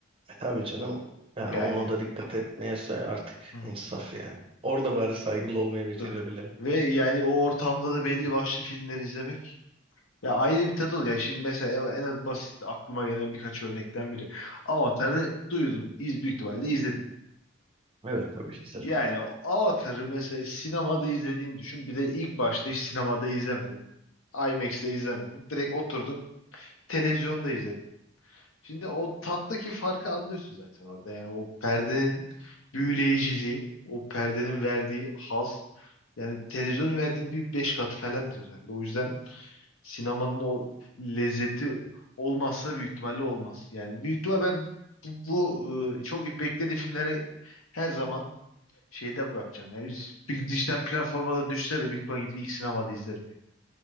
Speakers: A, on the right (about 25°); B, on the left (about 90°).
A: E tabii canım
B: O,
A: yani
B: yani
A: ona da dikkat etmeyese artık
B: Hı,
A: insaf yani. Orada bari saygılı
B: hı,
A: olmayı becerebilelim.
B: hı. ve yani o ortamda da belli başlı filmleri izlemek ya ayrı bir tat oluyor. Yani şimdi mesela en, en az basit aklıma gelen birkaç örnekten biri. Avatar'ı duydun, iz büyük ihtimalle izledin.
A: Evet tabii isterim.
B: Yani Avatar'ı mesela sinemada izlediğini düşün. Bir de ilk başta hiç sinemada izlemedin. IMAX'te izlemedin. Direkt oturdun televizyonda izledim. Şimdi o tattaki farkı anlıyorsun zaten orada. Yani o perdenin büyüleyiciliği, o perdenin verdiği haz. Yani televizyonun verdiğin bir beş katı falandır herhalde. O yüzden sinemanın o lezzeti olmazsa büyük ihtimalle olmaz. Yani büyük ihtimal ben bu, bu, e, çok beklediği filmlere her zaman şeyde yapacağım. Yani bir dijital platforma da düşse de büyük ihtimal gidip ilk sinemada izlerim. Yani.